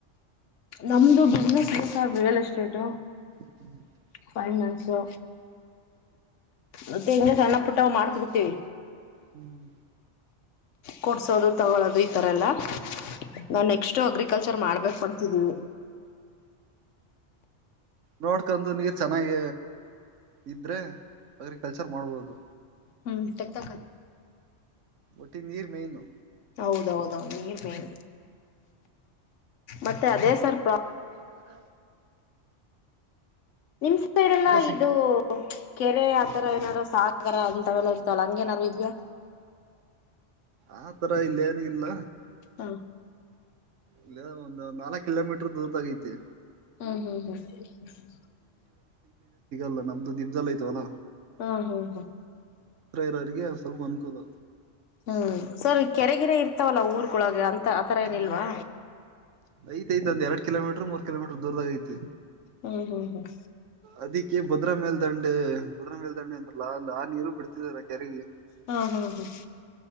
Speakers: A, on the left; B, on the right.
A: ನಮ್ದು ಬಿಸ್ನೆಸ್ ಇದೆ ಸರ್ ರಿಯಲ್ ಎಸ್ಟೇಟ್
B: <inaudible>
A: ಫೈನಾನ್ಸು ಮತ್ತೆ ಹಿಂಗ ಸಣ್ಣ ಪುಟ್ಟ ಮಾಡ್ತಿಡ್ತೀವಿ
B: ಹ್ಮ್
A: ಕೊಡ್ಸೋದು ತಗಳೋದು ಈತರ ಎಲ್ಲ ನಾ ನೆಕ್ಸ್ಟ್ ಅಗ್ರಿಕಲ್ಚರ್ ಮಾಡ್ಬೇಕು ಅಂತಿದ್ದೀವಿ
B: ನೋಡ್ಕಂಡು ನೀರ್ ಚೆನ್ನಾಗಿ ಇದ್ರೆ ಅಗ್ರಿಕಲ್ಚರ್ ಮಾಡ್ಬೋದು
A: ಹ್ಮ್ ತಕತ್
B: ಒಟ್ಟಿ ನೀರ್ ಮೇನು
A: ಹೌದೌದೌದು ನೀರ ಮೇನ ಮತ್ತೆ ಅದೇ ಸರ್ ಪ್ರ
B: ಅಲ್ಲ
A: ನಿಮ್ ಸೈಡ್ನ
B: ಸಿಗ್
A: ಇದು ಕೆರೆ ಆ ಈಥರ ಏನಾದಾರರು ಸಾಗರ ಅಂತವೆಲ್ಲಾ ಇರ್ತವಲ್ಲ ಹಂಗೇನಾರು ಈದಿಯಾ
B: ಆ ತರ ಇಲ್ಲ ಏನ ಇಲ್ಲ
A: ಹಾ
B: ಇಲ್ಲ ಒಂದು ನಾಕ ಕಲಮೀಟರ್ ದೂರ ತಗೈತೆ
A: ಹ್ಮ್ ಹ್ಮ್ ಹ್ಮ್
B: ಲ್ಲ ನಮ್ದು ದೀಪ್ ದಲ್ಲ ಆಯತವಲ್ಲ
A: ಹಾ ಹ್ಮ್ ಹ್ಮ್
B: ಇರೋರಿಗೆ ಸ್ವಲ್ಪ ಅನುಕೂಲ
A: ಹ್ಮ್ ಸರಿ ಕೆರೆಗೆರೆ ಇರ್ತ ಇರ್ತವಲ್ಲ ಊರ್ಗಳೊಳಗೆ ಅಂತ ಆತರ ಏನಿಲ್ವಾ
B: ಐತೆೈಐ ಅಂದ ಎಡು ಕಿಲೋಮೀಟರ್ ಮೂರು ಕಿಲೋಮೀಟರ್ ದೂರದಾಗ ಐತಿ
A: ಹ್ಮ್ ಹ್ಮ್ ಹ್ಮ್
B: ಅದಿ ಕೆ ಭದ್ರಾ ಮಲ್ ದಂಡೆ ಬದ್ರ ಮೇಲ್ದಂಡೆ ಅಂತಲ್ಲ ಅ ಆ ನೀರು ಬಿಡ್ತಿದಾರ ಕೆರೆಗೆ
A: ಹಾ ಹಾ ಹಾ